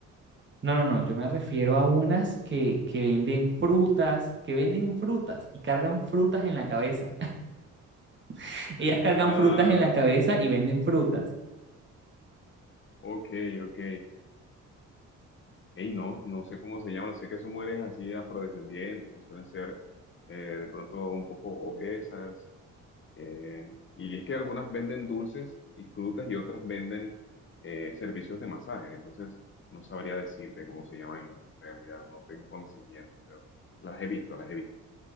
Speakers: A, on the right; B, on the left.
A: No, no, no, yo me refiero a unas que, que venden frutas, que venden frutas y cargan frutas en la cabeza. <laughs> Ellas
B: <gasps>
A: cargan
B: <laughs> Ah,
A: frutas en la cabeza y venden frutas.
B: ok, ok. Hey, no, no sé cómo se llaman, sé que son mujeres así afrodescendientes, que suelen ser eh, de pronto un poco obesas, Eh, y es que algunas venden dulces y frutas y otras venden eh, servicios de masaje. Entonces, no sabría decirte cómo se llama en realidad, no tengo conocimiento, pero las he visto, las he visto.